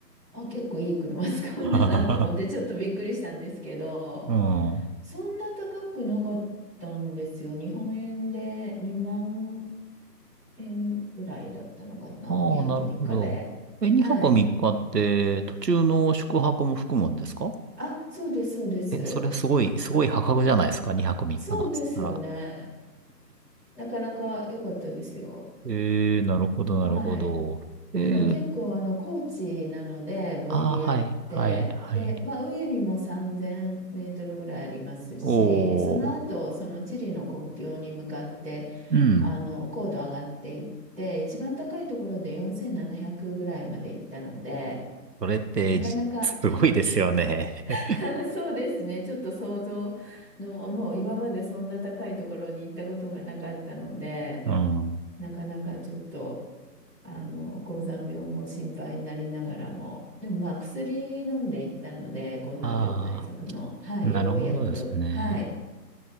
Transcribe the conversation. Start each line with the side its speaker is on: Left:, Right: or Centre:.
Centre: あ、結構いい車 <laughs> 使うんだなと思って、
Right: <laughs>
Centre: ちょっとびっくりしたんですけど、
Right: うん。
Centre: そんな高くなかったんですよ。日本円で2万円ぐらいだったのかな。
Right: ああ、
Centre: 2泊3日で。
Right: なるほど。え、2泊3日っかって途中の宿泊も含むんですか
Centre: はい。あ、そうです、そうです。
Right: え、それすごい、すごい破格じゃないですか ?2 泊3日なんつったら。
Centre: そうですよね。なかなか良かったですよ。
Right: えー、なるほど、なるほど。
Centre: はい。
Right: えー、
Centre: ただ結構あの高地なのでボリビアってで、
Right: ああ、はい、はい、はい。
Centre: まあ、上にも3000メートルぐらいありますしその後そのチリの国境に向かって
Right: おー、うん。
Centre: あの高度上がっていって一番高いところで4700ぐらいまで行ったので
Right: それってじ、
Centre: なかなか
Right: すごいですよね。
Centre: <laughs>
Right: <laughs>
Centre: そうですねちょっと想像のもう今までそんな高いところに行ったことがなかったので
Right: うん。
Centre: なかなかちょっと。あの、高山病も心配になりながらも、でもまあ薬飲んでいったので、高山病対策の、
Right: あ
Centre: はい、
Right: あ、なるほどですね。
Centre: 予防薬、はい、